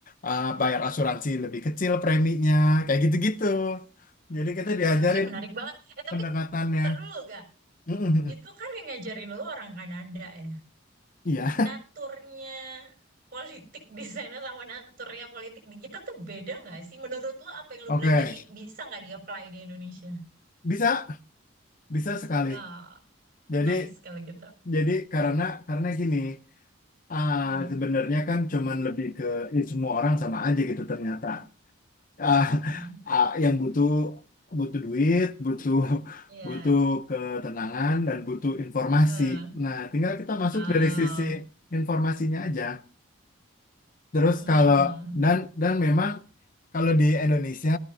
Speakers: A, on the left; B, on the right.
A: ah, bayar asuransi lebih kecil preminya, kayak gitu-gitu. Jadi kita
B: Hmm,
A: diajarin
B: ih menarik banget. Eh tapi
A: pendekatannya.
B: ntar dulu gak?
A: <laughs>
B: Itu kan yang ngajarin lu orang Kanada ya.
A: Iya,
B: Naturnya politik di sana sama naturnya politik di kita tuh beda nggak sih? Menurut lu apa yang
A: oke.
B: lu pelajari bisa nggak di-apply di Indonesia?
A: Bisa, bisa sekali.
B: Ah,
A: Jadi
B: nice kalau gitu.
A: jadi karena karena gini ah,
B: Hmm,
A: sebenarnya kan cuman lebih ke "Ih, semua orang sama aja gitu ternyata Ah,
B: hmm.
A: ah, yang butuh butuh duit butuh
B: Iya.
A: butuh ketenangan dan butuh informasi.
B: eh.
A: Nah, tinggal kita masuk
B: Oh.
A: dari sisi informasinya aja. Terus
B: Hmm.
A: kalau dan dan memang kalau di Indonesia